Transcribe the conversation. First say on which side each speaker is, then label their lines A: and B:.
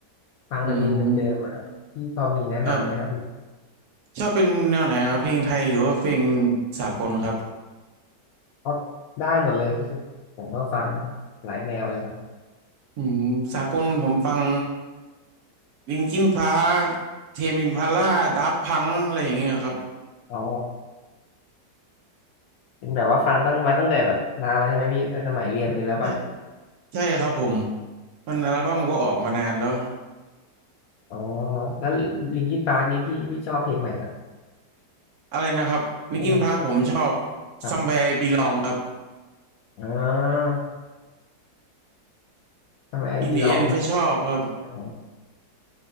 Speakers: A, on the left; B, on the right.
A: ฟังแต่เพลงเดิมๆอะครับพี่พอมีแนะนำไหมครับพี่
B: อืมครับชอบเป็นแนวไหนครับ เพลงไทยหรือว่าเพลงสากลครับ
A: เพราะได้หมดเลยที่สุดผมก็ฟังหลายแนวเลยครับ
B: อืมสากลผมฟังลินคินพาร์คเทมอิมพาล่า ดับพัง อะไรอย่างเงี้ยครับ
A: อ๋อเป็นแบบว่าฟังตั้งมาตั้งแต่แบบนานแล้วใช่ไหมพี่ตั้งแต่สมัยเรียนมีแล้วป่ะ
B: ใช่ใช่ครับผม มันอัลบั้มก็ออกมานานแล้ว
A: อ๋อแล้วลิงคินปาร์กนี้พี่พี่ชอบเพลงไหนครับ
B: อะไรนะครับลินคินพาร์คผมชอบ
A: ไอ้ครับ
B: Somewhere I Belong ครับ
A: อ๋อทำไมไอบีลอง
B: In the End ก็ชอบครับ
A: อ๋อ